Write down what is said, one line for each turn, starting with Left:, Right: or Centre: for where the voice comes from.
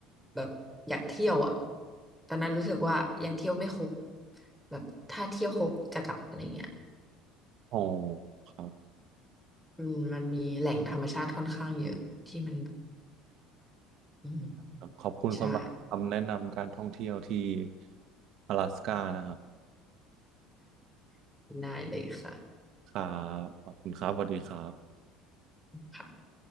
Centre: แบบอยากเที่ยวอ่ะตอนนั้นรู้สึกว่ายังเที่ยวไม่ครบแบบถ้าเที่ยวครบจะกลับอะไรเงี้ย
Right: โอ้ครับ
Centre: อืมมันมีแหล่งธรรมชาติค่อนข้างเยอะที่มันอืม
Right: ครับขอบคุณสำหรับคำแนะนำการท่องเที่ยวที่
Centre: ใช่
Right: 阿拉斯ก้านะครับ
Centre: <laughs> ได้เลยค่ะ
Right: ครับขอบคุณครับสวัสดีครับ
Centre: ค่ะ